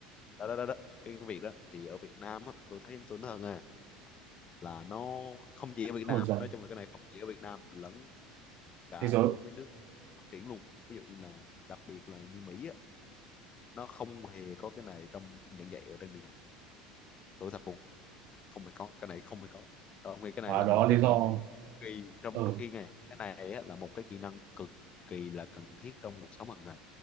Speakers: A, on the left; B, on the right.
A: đó đó đó, đó. Cái, cái việc đó thì ở Việt Nam á tôi thấy tôi nói thật à là nó không chỉ ở Việt
B: không
A: Nam
B: được dạy
A: nói chung là cái này không chỉ ở Việt Nam lẫn cả
B: thế giới
A: ở mấy nước phát triển luôn ví dụ như là đặc biệt là như Mỹ á nó không hề có cái này trong giảng dạy ở trên trường học tôi thật luôn không phải có cái này không phải có đó ông nghĩ cái này
B: và
A: là
B: đó
A: một
B: là
A: cái
B: lý
A: kỹ
B: do
A: năng kỳ trong
B: ừ
A: khi này cái này á, là một cái kỹ năng cực kỳ là cần thiết trong cuộc sống hàng ngày